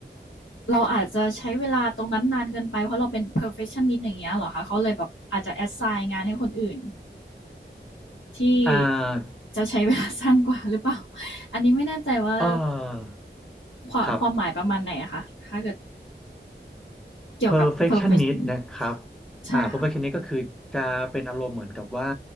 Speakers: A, on the left (about 80°); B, in the centre.
A: เราอาจจะใช้เวลาตรงนั้นนานเกินไปเพราะเราเป็น perfectionist อย่างเงี้ยเหรอคะเขาเลยแบบอาจจะ assign งานให้คนอื่นที่
B: อ่า
A: จะใช้เวลา <laughs> สั้นกว่าหรือเปล่า <laughs> อันนี้ไม่แน่ใจว่า
B: เออ
A: ความความหมายประมาณไหนอะคะถ้าเกิด
B: ครับ
A: เกี่ยวกับ
B: perfectionist
A: perfectionist
B: นะครับ
A: ใช่ค่ะ
B: อ่า perfectionist ก็คือจะเป็นอารมณ์เหมือนกับว่า